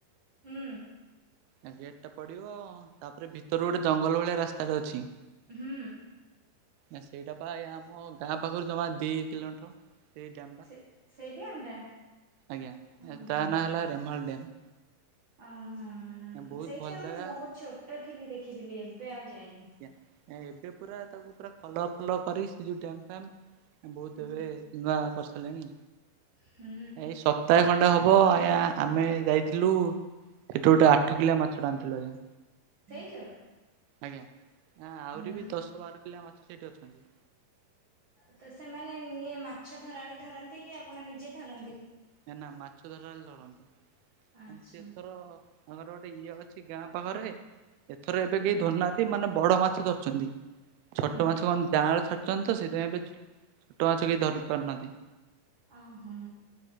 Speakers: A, on the right; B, on the right.
A: ହୁଁ।
B: ଆ ଗେଟ୍ଟା ପଡ଼ିବ ତାପରେ ଭିତରୁ ଗୋଟେ ଜଙ୍ଗଲ ଭଳିଆ ରାସ୍ତାଟା ଅଛି
A: ହୁଁ।
B: ନା ସେଇଟାପା ଆମ ଗାଁ ପାଖରୁ ଜମା ଦିଇ କିଲୋମିଟର୍ ସେଇ ଡ୍ୟମ୍ ଟା
A: ସେ ସେଇ ଡ୍ୟାମ ଟା
B: ଆଜ୍ଞା
A: ହଁ
B: ତାନାଁ
A: ହଁ
B: ହେଲା ରେମ୍ଭଲ ଡ୍ୟମ୍।
A: ଓ ହଁ
B: ବହୁତ
A: ସେଇଟା
B: ଭଲ
A: ମୁଁ
B: ଜାଗା।
A: ବହୁତ୍ ଛୋଟ ଥିଲି ଦେଖିଥିଲି ଏବେ ଆଉ ଯାଇନି।
B: ଆଜ୍ଞା ଏବେ ପୁରା ତାକୁ ପୁରା କଲର୍ ଫଲର୍ କରିକି ସେ ଯୋଉ ଡ୍ୟାମ୍ ଫ୍ୟାମ୍ ବହୁତ୍
A: ହୁଁ
B: ଏବେ ନାଁ କରିସାରିଲେଣି?
A: ହୁଁ।
B: ଏଇ ସପ୍ତାହେ ଖଣ୍ଡେ ହବ ଆଜ୍ଞା ଆମେ ଯାଇଥିଲୁ ସେଠୁ ଗୋଟେ ଆଠ କିଲିଆ ମାଛଟେ ଆଣିଥିଲୁ ଆଜ୍ଞା।
A: ସେଇଠୁ?
B: ଆଜ୍ଞା ଆହୁରିବି
A: ହୁଁ
B: ଦଶ ବାର କିଲିଆ ମାଛ ସେଇଠି ଅଛନ୍ତି।
A: ତ ସେମାନେ ନିଏ ମାଛ ଧରାଳି ଧରନ୍ତିକି ଆପଣ ନିଜେ ଧରନ୍ତି?
B: ନା ନା ମାଛ ଧରାଳି ଧରନ୍ତି
A: ଆଚ୍ଛା
B: ମାନେ ସେଏଥର ତାଙ୍କର ଗୋଟେ ଇଏ ଅଛି ଗାଁ ପାଖରେ ଏଥର ଏବେ
A: ହୁଁ
B: କେହି ଧରୁନାହାନ୍ତି ମାନେ ବଡ଼ ମାଛ ଧର ଛନ୍ତି ଛୋଟ
A: ହୁଁ
B: ମାଛ ମାନେ ଯାଁଆଳ ଛା ଅଛନ୍ତିତ ସେଥିପାଇଁ ଏବେ ଛୋଟ ମାଛ କେହି ଧରି ପାରୁନାହାନ୍ତି।
A: ଆ ହୁଁ।